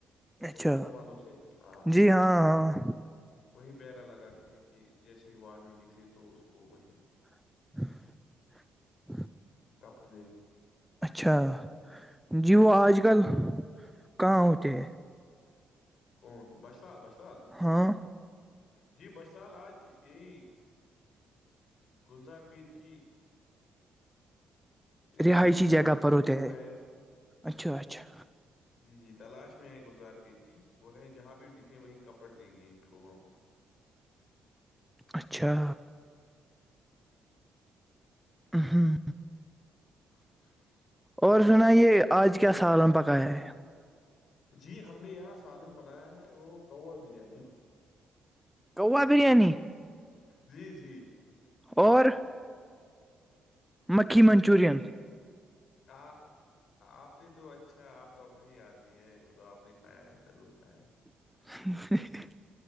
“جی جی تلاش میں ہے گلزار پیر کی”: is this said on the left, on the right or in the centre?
Left